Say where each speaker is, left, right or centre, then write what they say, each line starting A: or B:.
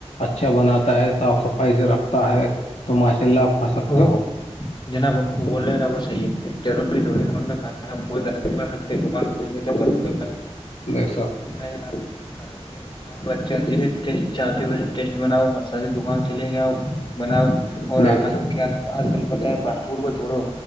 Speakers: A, on the left (about 85°); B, on the left (about 45°).
A: اچھا بناتا ہے صاف صفائی سے رکھتا ہے تو ماشاء اللہ آپ سکتے
B: وہ
A: ہو
B: جناب بول رہے وہ صحیح ہے ضروروری دکان پہ کھانا پول سکتے دانا
A: نہیںی سب
B: ماا کر آپ بچ جسے ٹیسٹ چاہتے ہو ویسے ٹیسٹ بناؤ مسالے دکان سے لے کے آؤ بناؤ اور
A: بے
B: حالانکہ
A: شک
B: آج کل پتا ہے فاسٹ فڈ کو جوڑو